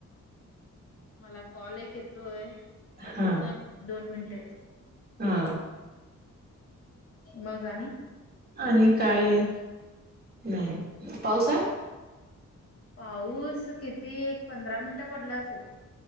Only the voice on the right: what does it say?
हा
हा
आणि काय? नाही पाऊस आहे.